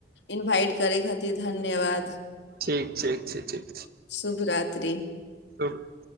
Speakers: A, on the left (about 75°); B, on the right (about 55°).
A: इनवाइट की धन्यवाद
B: ठीक ठीक छै ठीक छै
A: शुभ रात्रि
B: लोक <unintelligible>